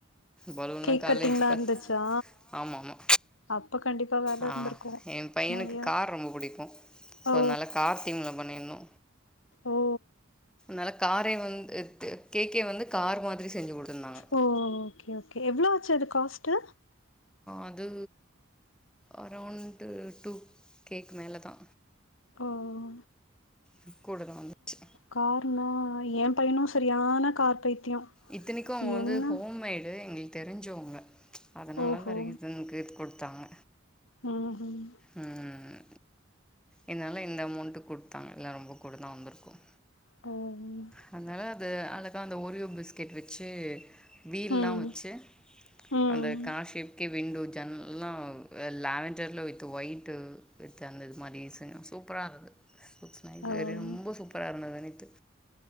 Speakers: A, in the centre; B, on the left.
A: பாலுன்லா
B: கேக்
A: தலையெழுத்து
B: கட்டிங்லா
A: பத்து
B: இருந்துச்சா
A: ஆமாமா
B: அப்ப கண்டிப்பா வேல
A: ஆ
B: இருந்திருக்கு
A: எய பையனுக்கு
B: நெறைய
A: காது ரொம்ப பிடிக்கும் சோ
B: ஓ
A: நல்ல கார்தீம்ல பண்ணிருந்தோ
B: ஓ
A: நல்ல காரே வந்து கேக்கே வந்து கார் மாதிரி செஞ்சு குடுத்துருந்தாங்க
B: ஓ ஓகே ஓகே எவ்ளவு ஆச்சு அது காஸ்ட்டு
A: அது அரவ்ண்ட் டூ கேக்கு மேல தா
B: ஓ ஓ ஓ
A: ம்ம் கூடதா வந்துச்சு
B: கார்னா ஏ பயனு சரியான கார் பைத்தியோ
A: இத்தனக்கும் அவங்க வந்து
B: என்ன
A: ஹோம்மேடு எங்களுக்கு தெரிஞ்சவங்க அதனால
B: ஓஹோ
A: இந்த ரீசன்க்கு குடுத்தாங்க
B: ம் ம்
A: ம்ம் இதனால இந்த அமௌண்ட்டு குடுத்தாங்க இல்ல ரொம்ப கூட தா வந்துருக்கும்
B: ஓ ம்
A: அதனால அத அலகா அந்த ஓரியோ பிஸ்கட் வச்சு வீல்லா
B: ம்
A: வச்சு
B: ஓ
A: அந்த கார் ஷேப்கே விண்டோ ஜன்னல்லா லவண்டர்ல வித் ஒய்ட் வித் அந்த இது மாரி செஞ்சது சூப்பரா இருந்தது ஈஸ்குட்ஸ் நைஸ்
B: ஓ ஓ
A: வேறு ரொம்ப சூப்பரா இருந்தது நேத்து